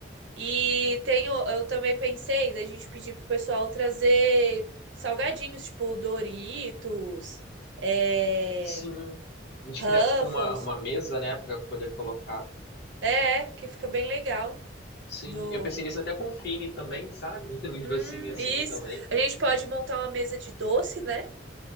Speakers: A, on the right; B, on the left.
A: E tem, o- eu também pensei da gente pedir pro pessoal trazer salgadinhos, tipo Doritos, é,
B: Sim. A gente
A: Ruffles.
B: criar, tipo, uma, uma mesa, né, pra poder colocar.
A: É, que fica bem legal.
B: Sim.
A: Do.
B: Eu pensei nisso até com o Fini também, sabe? <laughs> Uns
A: Hum,
B: docinhos
A: isso.
B: assim também.
A: A gente pode montar uma mesa de doce, né?